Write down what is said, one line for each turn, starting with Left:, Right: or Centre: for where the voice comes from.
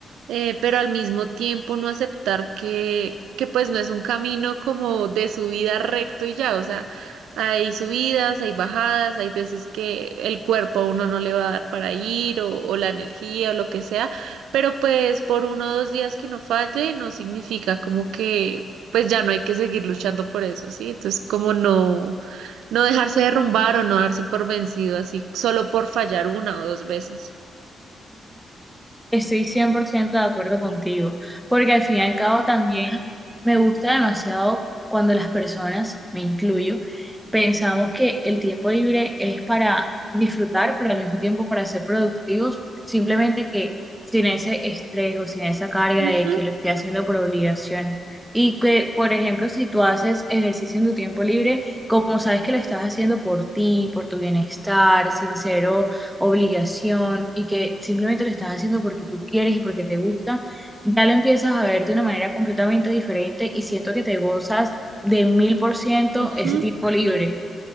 Right: eh, pero al mismo tiempo no aceptar que, que pues no es un camino como de subida recto y ya, o sea, hay subidas, hay bajadas, hay veces que el cuerpo a uno no le va a dar para ir o, o la energía o lo que sea, pero pues por uno o dos días que uno falle no significa como que pues ya no hay que seguir luchando por eso, ¿sí? Entonces como no, no dejarse derrumbar o no darse por vencido así solo por fallar una o dos veces.
Centre: Estoy 100% de acuerdo contigo, porque al fin y al cabo también me gusta demasiado cuando las personas, me incluyo, pensamos que el tiempo libre es para disfrutar, pero al mismo tiempo para ser productivos, simplemente que sin ese estrés o sin esa carga
Right: Ujú,
Centre: de que lo estoy haciendo por obligación. Y que, por ejemplo, si tú haces ejercicio en tu tiempo libre, como sabes que lo estás haciendo por ti, por tu bienestar, sincero obligación y que simplemente lo estás haciendo porque tú quieres y porque te gusta, ya lo empiezas a ver de una manera completamente diferente y siento que te gozas de mil por ciento
Right: ujú,
Centre: ese tiempo libre,